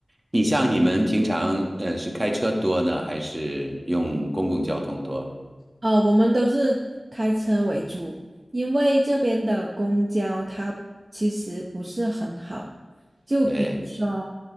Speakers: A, on the right; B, on the right.
A: 你像你们平常呃是开车多呢，还是用公共交通多？
B: 呃，我们都是开车为主，因为这边的公交它其实不是很好。就比如说，
A: 对